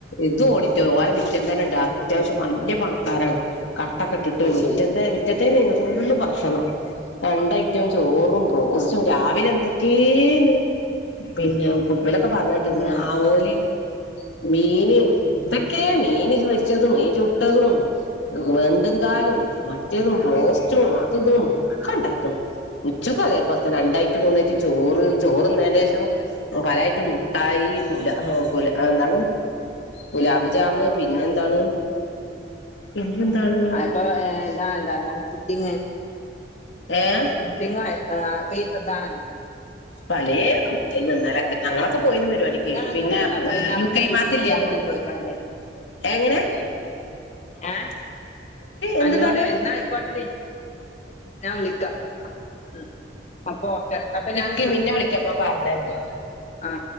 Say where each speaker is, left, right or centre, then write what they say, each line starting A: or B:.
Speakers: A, on the left; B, on the left.
A: ഇത് ഓഡിറ്റോഒലെ മിറ്റം തന്നെണ്ട് അത്യാവശ്യം വല്ല്യ പണക്കാരാണ്. കട്ടൊക്കെ ഇട്ടിട്ട്
B: അത്
A: മിറ്റം
B: ശരി
A: തെ മിറ്റത്തന്നെരുന്നു ഫുള്ള് ഭക്ഷണം രണ്ട ഐറ്റം ചോറും ബ്രോസ്റ്റും
B: ആഹ്
A: രാവിലെ എന്ത് ക്കേന്ന് പിന്നെ ഫുട്ബലൊക്കെ പറഞ്ഞേട്ടിരിന്നു
B: പിന്നെ
A: ആവോലി മീന് ന്തൊക്കേ മീന് പൊരിച്ചതും മീൻ ചുട്ടതും വെന്തുംകാലും മറ്റതും
B: ആ,
A: ബ്രോസ്റ്റ് റ്റും അതുഇതും ഒക്കെണ്ടായിക്ക്ണ് ഉച്ചക്കും അതേപലതന്നെ രണ്ടയിറ്റം മൂന്നായിറ്റം ചോറ് ചോറ്ന്നെന്റെഷം പലയിറ്റം മുട്ടായി ഈ കുല ഏ കുല ആ എന്താണ് ഗുലാബ് ജാമ്
B: ഗുലാബ്
A: പിന്നെന്താണ്
B: ജാമു
A: പിന്നെന്താണ്
B: ആ ഇപ്പൊ ഏ താണ്ല്ല എ ഫുട്ടിങ്
A: ഏഹ്
B: കുട്ടിങ്ങൊ ആ ഇപ്പത്തതാണല്ലോ
A: പലയ പട്ടേര്ന്നു ഇന്നലൊക്കെ ഞങ്ങളോ ഒക്കെ പോയിരുന്നു പരിപാടിക്കയ്
B: ഞാൻ അന്നോട്
A: പിന്നെ
B: നാളെ പൈനാപ്പിളിന്റെ
A: ലുക്കൈമാത്തില്ലേന്നു
B: പുഡിങ് ഉണ്ടാക്കണ ചോദിക്കാൻ
A: എങ്ങനേ
B: ഏഹ്
A: എന്തുണ്ടാക്കാ
B: അന്നോട് എന്നാ ആയിക്കോട്ടടി. ഞാൻ വിളിക്കാ ഉം അപ്പൊ ഓക്കെ അപ്പൊ ഞാൻ
A: കിപ്പിന്നെ വിളിക്കപ്പം പറഞ്ഞെരണ്ട്.
B: ആ